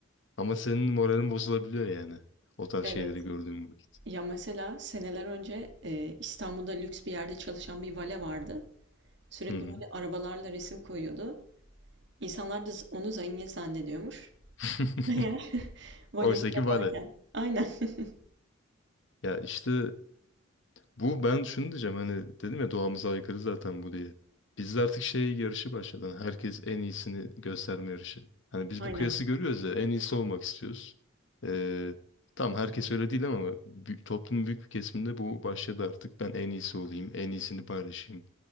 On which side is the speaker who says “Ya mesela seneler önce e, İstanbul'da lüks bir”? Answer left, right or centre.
Right